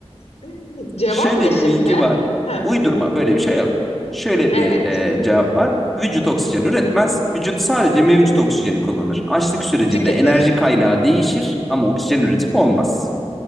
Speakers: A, on the left; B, in the centre.
A: <laughs> Cevap
B: Şöyle
A: ne
B: bir
A: şimdi?
B: bilgi var.
A: He.
B: Uydurma böyle bir şey yok. Şöyle
A: Evet.
B: bir e, cevap var. Vücut oksijen üretmez. Vücut sadece mevcut oksijeni kullanır. Açlık sürecinde
A: Tüketir.
B: enerji kaynağı değişir ama oksijen üretimi olmaz.